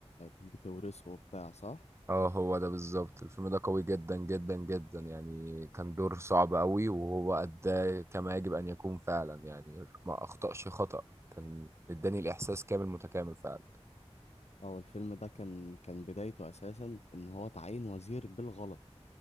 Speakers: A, on the left (about 80°); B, on the right (about 25°).
A: بتورثه وبتاع صح
B: اه هو ده بالظبط الفيلم ده قوي جدا جدا جدا يعني كان دور صعب قوي وهو أداه كما يجب أن يكون فعلا يعني ما أخطأش خطأ كان اداني الإحساس كامل متكامل فعلا
A: هو الفيلم ده كان كان بدايته اساسا ان هو تعين وزير بالغلط